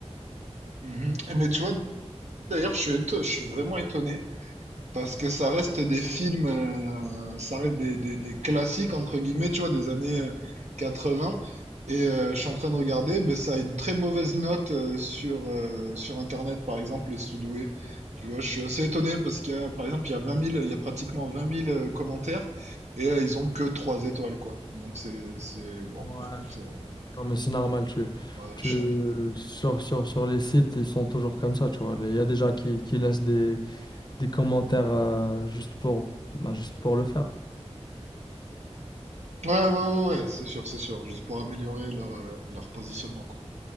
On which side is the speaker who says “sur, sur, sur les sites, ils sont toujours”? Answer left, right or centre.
Left